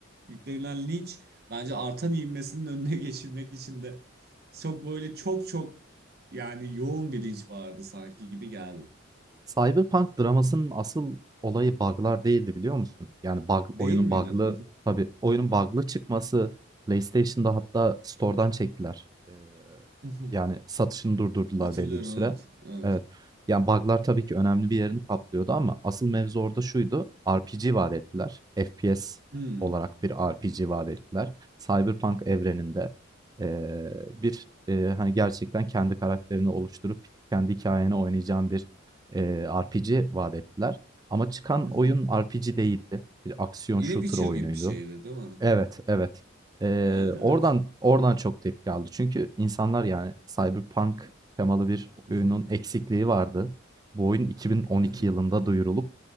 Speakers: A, on the right (about 50°); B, on the right (about 20°).
A: yüklenilen linç bence artan ivmesinin önüne <laughs> geçilmek için de çok böyle çok çok yani yoğun bir linç vardı sanki gibi geldi.
B: Cyberpunk dramasının asıl olayı bug'lar değildi biliyor musun? Yani bug,
A: Değil
B: oyunun
A: miydin?
B: bug'lı tabii oyunun bug'lı çıkması PlayStation'da hatta store'dan çektiler. Ee,
A: <laughs>
B: yani satışını durdurdular
A: Hatırlıyorum
B: belli bir süre.
A: evet. Evet.
B: Evet. Yani bug'lar tabii ki önemli bir yerini kaplıyordu ama asıl mevzu orada şuydu. RPG vaat ettiler. FPS
A: Hmm.
B: olarak bir RPG vaat ettiler. Cyberpunk evreninde ee, bir e, hani gerçekten kendi karakterini oluşturup kendi hikayeni oynayacağın bir eee, RPG vaat ettiler. Ama çıkan
A: <laughs>
B: oyun RPG değildi. Bir aksiyon
A: Yine
B: shooter
A: Witcher
B: oyunuydu.
A: gibi bir şeydi değil mi?
B: Evet, evet. Eee,
A: Yani evet.
B: oradan oradan çok tepki aldı. Çünkü insanlar yani Cyberpunk temalı bir
A: <laughs>
B: oyunun eksikliği vardı. Bu oyun 2012
A: Aha,
B: yılında duyurulup